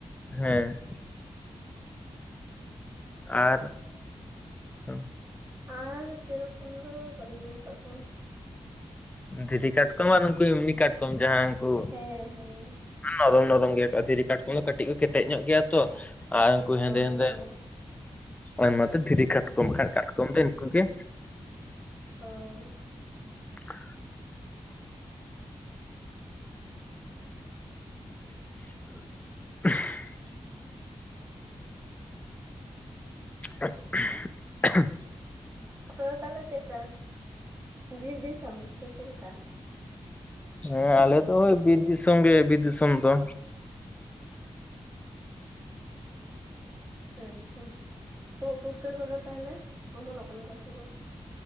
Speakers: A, on the left; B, on the right.
A: ᱦᱮᱸ ᱟᱨ <inaudible> ᱦᱚ
B: ᱟᱨ ᱥᱮ ᱨᱚᱠᱚᱢ ᱫᱚ ᱵᱟᱞᱤᱧ ᱧᱮᱞ ᱟᱠᱟᱫ ᱠᱚᱣᱟ
A: ᱫᱷᱤᱨᱤ ᱠᱟᱴᱠᱚᱢ ᱟᱨ ᱩᱱᱠᱩ ᱮᱢᱱᱤ ᱠᱟᱴᱠᱚᱢ ᱡᱟᱦᱟᱸ ᱩᱱᱠᱩ
B: ᱦᱮᱸ ᱦᱮᱸ
A: ᱱᱚᱨᱚᱢ ᱱᱚᱨᱚᱢ ᱜᱮᱭᱟ. ᱠᱚ ᱫᱷᱤᱨᱤ ᱠᱟᱴᱠᱚᱢ ᱫᱚ ᱠᱟᱹᱴᱤᱡ ᱠᱚ ᱠᱮᱴᱮᱡ ᱧᱚᱜ ᱜᱮᱭᱟ ᱛᱚ ᱟᱨ ᱩᱱᱠᱩ
B: ᱦᱚᱸ
A: ᱦᱮᱸᱫᱮ ᱦᱮᱸᱫᱮ
B: ᱦᱚᱸ
A: ᱚᱱᱟ ᱛᱮ ᱫᱷᱤᱨᱤ ᱠᱟᱴᱠᱚᱢ ᱟᱠᱷᱟᱡ ᱠᱟᱴᱠᱚᱢ ᱫᱚ ᱱᱤᱱᱠᱩ ᱜᱮ
B: ᱚᱻ
A: <unintelligible> <unintelligible> <unintelligible>
B: ᱟᱯᱮ ᱫᱚ ᱛᱟᱦᱚᱞᱮ ᱪᱮᱫ ᱠᱟ ᱵᱤᱨ ᱫᱤᱥᱚᱢ ᱥᱮ ᱪᱮᱫ ᱞᱮᱠᱟ?
A: ᱦᱮᱸ ᱟᱞᱮ ᱫᱚ ᱵᱤᱨ ᱫᱤᱥᱚᱢ ᱜᱮ ᱵᱤᱨ ᱫᱤᱥᱚᱢ ᱫᱚ
B: ᱦᱮᱸ ᱛᱚ, ᱩᱫ ᱯᱩᱴᱠᱟᱹ ᱠᱚᱫᱚ ᱛᱟᱦᱚᱞᱮ ᱚᱢᱚᱱᱚᱜ ᱠᱟᱱᱟ ᱠᱚ ᱥᱮ ᱵᱟᱝ?